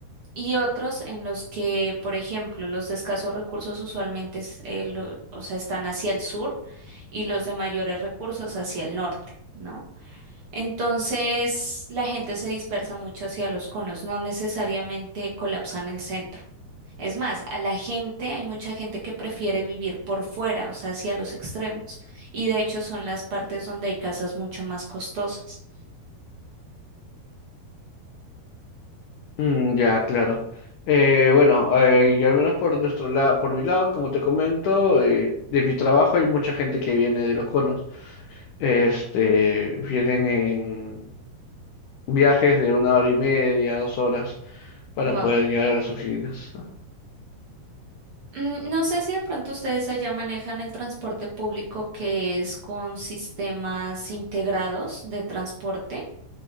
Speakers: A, on the right; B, on the left.
A: Y otros en los que, por ejemplo, los de escasos recursos usualmente es- eh, lo- o sea, están hacia el sur y los de mayores recursos hacia el norte, ¿no? Entonces, la gente se dispersa mucho hacia los conos, no necesariamente colapsan el centro. Es más, a la gente, hay mucha gente que prefiere vivir por fuera, o sea, hacia los extremos. Y de hecho son las partes donde hay casas mucho más costosas.
B: Mm, ya, claro. Eh, bueno, eh, y al menos por nuestro lado, por mi lado, como te comento, eh, de mi trabajo hay mucha gente que viene de los conos. Este, vienen en viajes de una hora y media, dos horas, para
A: Wow.
B: poder llegar a las oficinas.
A: Mm, No sé si de pronto ustedes allá manejan el transporte público que es con sistemas integrados de transporte,